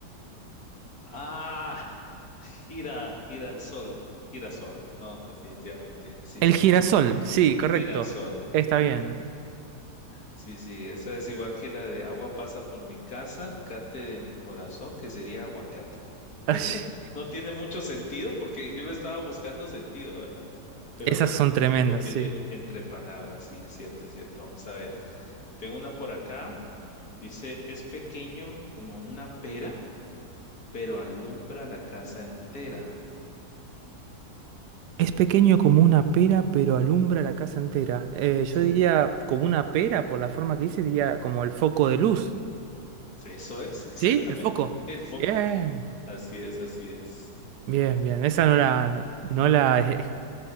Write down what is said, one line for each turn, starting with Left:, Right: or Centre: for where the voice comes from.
Left: Ah, <laughs> gira, gira el sol, girasol. No, definitivamente, sí,
Right: El
Left: sí,
Right: girasol, sí, correcto.
Left: girasol.
Right: Está bien.
Left: Sí, sí, esa es igual que la de agua pasa por mi casa, cate de mi corazón, que sería aguacate.
Right: <laughs>
Left: No tiene mucho sentido porque yo le estaba buscando sentido, ¿verdad? Pero
Right: Esas son tremendas,
Left: lo tiene
Right: sí.
Left: entre palabras, sí, es cierto, es cierto. Vamos a ver. Yo tengo una por acá. Dice, es pequeño como una pera pero alumbra la casa entera.
Right: Es pequeño como una pera, pero alumbra la casa entera. Eh, yo
Left: Sí,
Right: diría como una pera, por la forma que dice, diría como el foco de luz.
Left: eso es exactamente
Right: ¿Sí? El foco.
Left: <laughs> el foco.
Right: Bien,
Left: Así es, así es.
Right: bien, bien. Esa no la, no la, eh,